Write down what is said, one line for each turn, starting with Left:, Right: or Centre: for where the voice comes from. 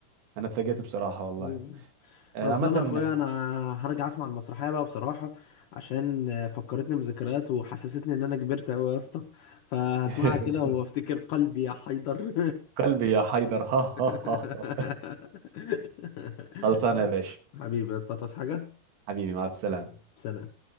Right: انا اتفاجئت بصراحة والله
Left: مم.
Right: آه،
Left: اصل
Right: عامة
Left: انا اخويا انا هرجع اسمع المسرحيه بقى بصراحه عشان فكرتني بذكريات وحسستني ان انا كبرت قوي يا اسطى فهسمعها
Right: <laughs>
Left: كده وافتكر قلبي يا حيدر
Right: قلبي يا حيدر <laughs> ها
Left: <laughs>
Right: ها ها <laughs> ها. خلصانة يا باشا
Left: حبيبي يا اسطى تصحى حاجه
Right: حبيبي مع السلامة
Left: سلام